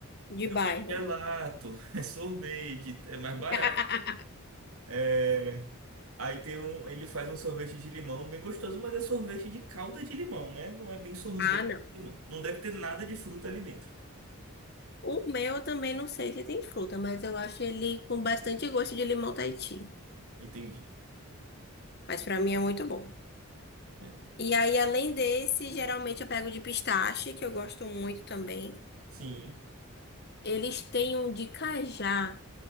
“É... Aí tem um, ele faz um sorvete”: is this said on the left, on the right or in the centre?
Right